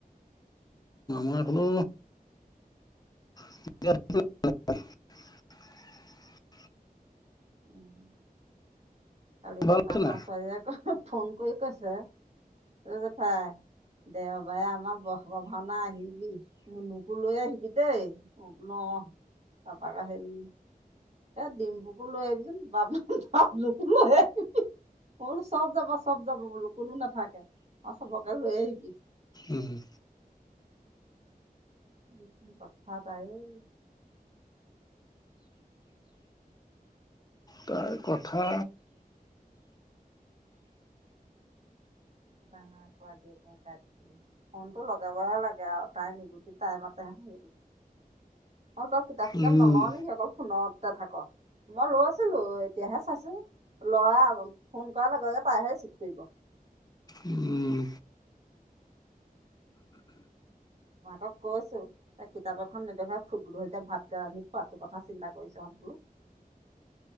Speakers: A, on the left (about 25°); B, on the right (about 45°).
A: মই বোলো <unintelligible>
B: উম <unintelligible> কালি
A: ভাল
B: শুকানৰ
A: হৈছে নাই
B: ছোৱালীয়ে আকৌ ফোন কৰি কৈছে অ' জেঠাই দেওবাৰে আমাৰ বহ্ম ভাওনা আহিবি মুনুকো লৈ আহিবি দেই। মই কলো অ' তাপা আকৌ হেৰি এ ডিম্পুকো লৈ আহিবিচোন বাব বাবলুকো লৈ আহিবি মই বোলো চব যাব চব যাব বোলো কোনো নাথাকে। অ' চবকে লৈ আহিবি।
A: উমঃ
B: কিখন কথা তাই অই।
A: তাৰ কথা
B: ডাঙৰে কোৱা দি, একদম গাই থাকিব ফোনটো লগাবহে লাগে আও তাই <unintelligible> তাই মাতেহে শুনিবি। অ', তই কিতাপ চিতাপ
A: উম,
B: ন'লও নেকি অকল ফোনত থাক মই লৈছিলোঁ এতিয়াহে চাইছোঁ, ল'ৰা ফোন কৰাৰ লগে, লগে তাইহে ৰিচিভ কৰিব।
A: উম,
B: মাকক কৈছোঁ, তাইক কিতাপ এখন নেদেখুৱাও ফুট গধুলিতে ভাতগাল ৰান্ধি খোৱাটো কথা চিন্তা কৰিছহঁত বোলো।